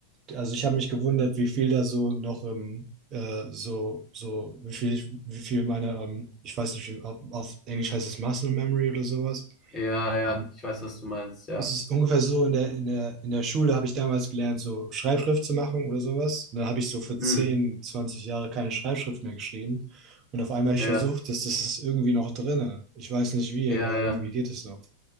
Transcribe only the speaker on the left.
ja, ja.
Ich weiß, was du meinst, ja.
Hm,
ja,
ja,
ja.